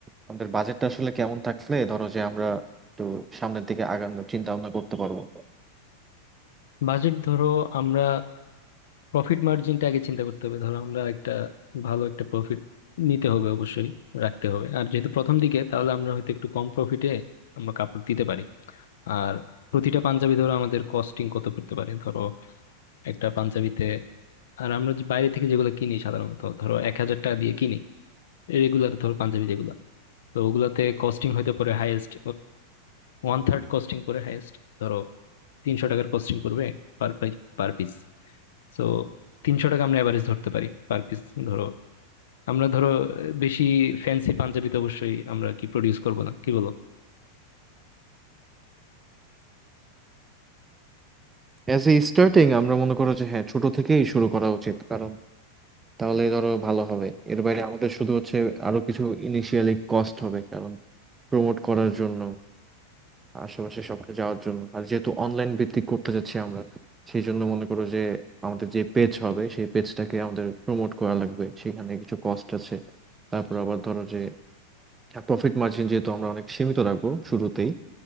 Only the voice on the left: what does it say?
বাজেট ধরো আমরা প্রফিট মার্জিনটা আগে চিন্তা করতে হবে ধরো আমরা একটা ভালো একটা প্রফিট নিতে হবে অবশ্যই রাখতে হবে আর যেহেতু প্রথম দিকে তাহলে আমরা হয়তো একটু কম প্রফিটে আমরা কাপড় দিতে পারি আর প্রতিটা পাঞ্জাবি ধরো আমাদের কস্টিং কত পড়তে পারে ধরো একটা পাঞ্জাবিতে আর আমরা যে বাইরে থেকে যেগুলো কিনি সাধারণত ধরো এক হাজার টাকা দিয়ে কিনি রেগুলার ধরো পাঞ্জাবি যেগুলো তো ওগুলাতে কস্টিং হয়তো পড়ে হাইয়েস্ট ওয়ান থার্ড কস্টিং পড়ে হাইয়েস্ট ধরো তিনশো টাকার কস্টিং পড়বে পার পার পিস তো তিনশো টাকা আমরা এভারেজ ধরতে পারি পার পিস ধরো আমরা ধরো আহ, বেশি ফ্যান্সি পাঞ্জাবি তো অবশ্যই আমরা কি প্রডিউস করব না কি বলো